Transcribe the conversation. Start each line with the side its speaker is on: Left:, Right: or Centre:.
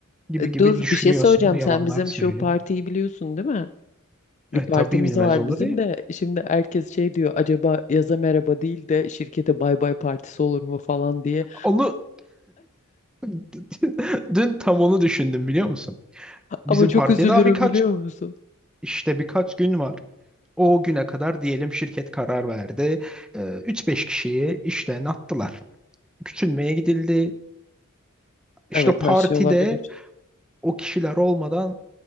Centre: gibi
Left: e,
Centre: gibi
Left: dur
Centre: düşünüyorsun.
Left: bir şey söyleyeceğim
Centre: Yalanlar
Left: sen bizim
Centre: söylüyorsun.
Left: şu partiyi biliyorsun değil mi?
Centre: E,
Left: Bir partimiz
Centre: tabii bilmez
Left: var
Centre: olur
Left: bizim
Centre: ya.
Left: de şimdi herkes şey diyor acaba yaza merhaba değil de şirkete bay bay partisi olur mu falan diye
Centre: Onu <laughs> dün tam onu düşündüm biliyor musun? Bizim
Left: Ama çok
Centre: partiye
Left: üzülürüm
Centre: daha birkaç
Left: biliyor musun?
Centre: işte birkaç gün var. O güne kadar diyelim şirket karar verdi. Ee, 3-5 kişiyi işten attılar. Küçülmeye gidildi. İşte
Left: Evet
Centre: partide
Left: her şey olabilir.
Centre: o kişiler olmadan